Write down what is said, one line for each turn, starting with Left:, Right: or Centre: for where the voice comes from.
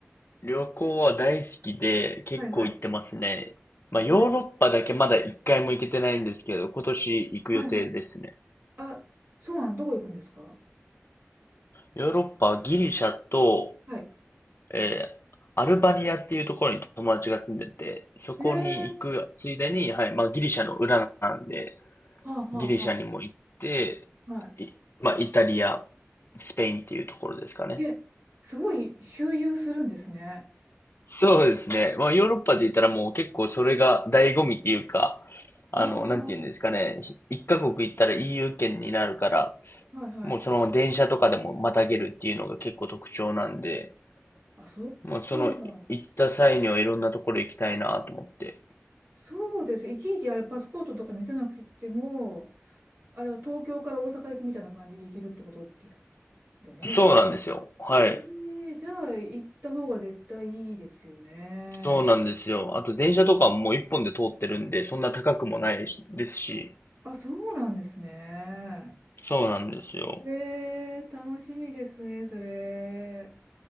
Left: 旅行は大好きで結構行ってますね。
Right: はいはい。
Left: まあヨーロッパだけまだ一回も行けてないんですけど、
Right: えー
Left: 今年行く予定ですね。
Right: はいはい。あ、そうなん、どこ行くんですか
Left: ヨーロッパはギリシャと、
Right: はい。
Left: えーアルバニアっていうところに友達が住んでて、そこに行くついでに、
Right: ええ
Left: はい、まあギリシャの裏なんで、
Right: はあ、はあ、
Left: ギリシャにも行って、
Right: はあ、は
Left: いまあイタリア、スペインっていうところですかね。
Right: い。え、すごい周遊するんですね。
Left: そうですね。まあヨーロッパで言ったらもう結構それが醍醐味っていうか、あの、
Right: ああ、は
Left: なんて言うんですかね。一カ国行ったら EU 圏になるから、
Right: い、はい。
Left: もうそのまま電車とかでもまたげるっていうのが結構特徴なんで、
Right: あ、そっ
Left: まあ、その、
Right: か。
Left: 行った際にはいろんなところ行きたいなと思って。
Right: そうです。いちいちあれ、パスポートとか見せなくても、あれは東京から大阪行くみたいな感じで行けるってことですよね。
Left: そうなんですよ。はい。
Right: ええじゃあ行った方が絶対いいですよね。
Left: そうなんですよ。あと電車とかももう一本で通ってるんで、そんな高くもないしですし、
Right: あ、そうなんですね。
Left: そうなんですよ。
Right: ええ楽しみですね、それ。